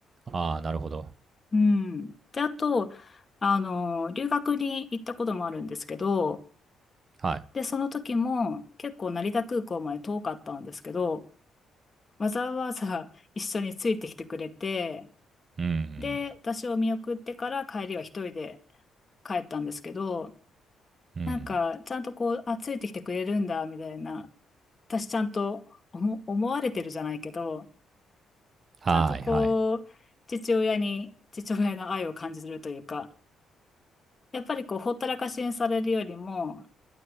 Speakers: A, on the right (about 40°); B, on the left (about 30°).
A: ああ、なるほど。
B: うん。で、あと、あの、留学に行ったこともあるんですけど、
A: はい。
B: で、その時も結構成田空港まで遠かったんですけど、わざわざ一緒についてきてくれて、
A: うん
B: で、私を見送ってから帰りは一人で帰ったんですけど、
A: うん。うん。
B: なんか、ちゃんとこう、あ、ついてきてくれるんだ、みたいな、私ちゃんと思、思われてるじゃないけど、
A: はいはい。
B: ちゃんとこう、父親に、父親の愛を感じるというか、やっぱりこう、ほったらかしにされるよりも、